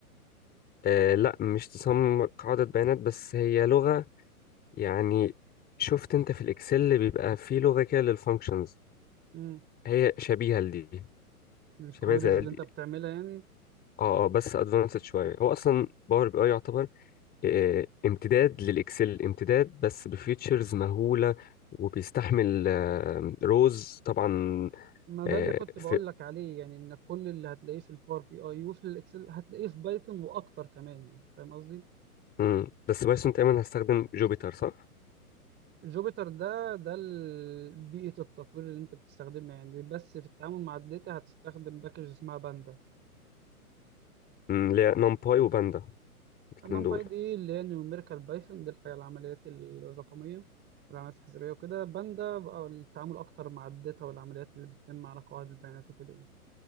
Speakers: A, on the left; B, on the right.
A: آه لا مش تصمم قاعدة بيانات بس هي لغة يعني شفت انت في الاكسل اللي بيبقى فيه لغه كده للفانكشنز
B: يعني
A: هي شبيهه لدي
B: الكويريز
A: شبيهه زي
B: اللي
A: دي
B: انت بتعملها يعني
A: اه اه بس ادفانسد شويه هو اصلا باور بي اي يعتبر آه، امتداد للاكسل امتداد بس بفيتشرز مهوله وبيستحمل روز طبعا
B: ما ده
A: آه،
B: اللي كنت
A: في
B: بقول لك عليه يعني ان كل اللي هتلاقيه في الباور بي اي وفي الاكسل هتلاقيه في بايثون واكتر كمان يعني فاهم قصدي
A: مم. بس بايثون تقريبا هستخدم جوبيتر صح؟
B: جوبيتر ده ده ال- بيئة التطوير اللي انت بتستخدمها يعني بس في التعامل مع الداتا هتستخدم باكج اسمها باندا
A: مم، اللي هي نمباي وباندا الاثنين
B: نمباي
A: دول
B: دي اللي هي نيوميريكال بايثون دي الحاجة العمليات الرقمية والعمليات الحسابية وكده باندا بقى التعامل اكتر مع الداتا والعمليات اللي بتتم على قواعد البيانات وكده يعني